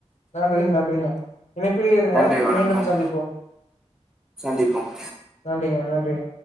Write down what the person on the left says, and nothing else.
நன்றிங் நன்றிங்க இணைப்பிலே இருங்க
மீண்டும் சந்திப்போம்
நன்றிங்க நன்றிங்க